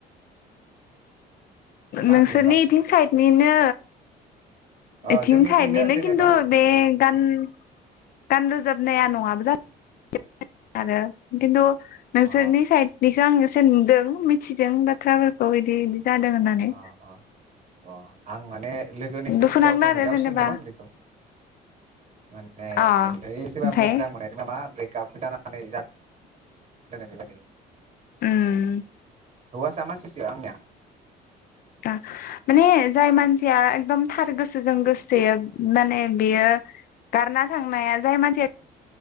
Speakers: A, on the right (about 45°); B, on the left (about 60°).
A: ना
B: नोंसोरनि
A: बेनोबा
B: इथिं साइदनिनो
A: अ
B: इथिं
A: जोंनिथिंनो
B: साइदनिनो
A: जेनेबा
B: किन्तु बे गान-गान रोजाबनाया नङाबो <unintelligible> <inaudible> आरो खिन्थु नोंसोरनि
A: अ
B: साइदनिखौ आङो सोंदों मिथिदों बाथ्राफोरखौ बिदि बिदि जादों होननानै
A: अ अ अ आं माने लोगोनि
B: दुखु
A: सेसेसआव
B: नांदों आरो
A: नुनायाव
B: जेनेबा
A: सोंदोंमोन बेखौ मानने
B: अ
A: ओय सोरबा
B: ओमफ्राय
A: मोजां <unintelligible> गाबोजानानै जा दोननाय बेबादि
B: उम
A: हौवासा मानसिसो आंनिया
B: ओ माने जाय मानसिया एकदम थार गोसोजों गोसोथोयो माने बेयो गारना थांनाया जाय मानसिया